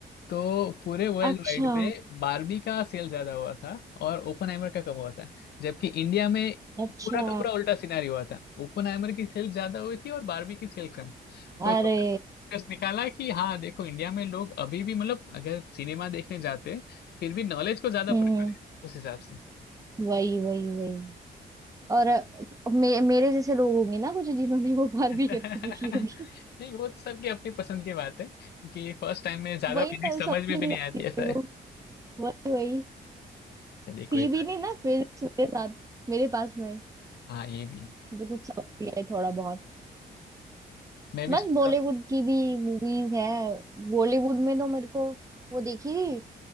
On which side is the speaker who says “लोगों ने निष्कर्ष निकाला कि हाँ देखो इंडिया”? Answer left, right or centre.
Left